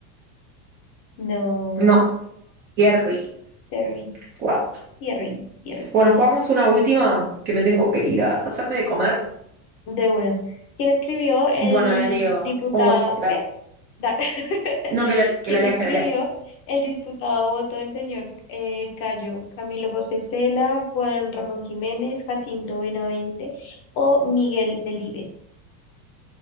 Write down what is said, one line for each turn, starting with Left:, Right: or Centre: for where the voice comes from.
Left: No,
Right: No, Thierry.
Left: Terry,
Right: What?
Left: Thierry, Thierry.
Right: Bueno, jugamos una última que me tengo que ir a hacerme de comer.
Left: De una. ¿Quién escribió el
Right: Bueno, la leo.
Left: diputado,
Right: O vos, dale.
Left: qué? Da- <laughs>
Right: No, que la, que
Left: ¿Quién
Right: la leas,
Left: escribió
Right: que la leas.
Left: el disputado voto del señor eh, Cayo? ¿Camilo José Cela, Juan Ramón Jiménez, Jacinto Benavente o Miguel Delibes?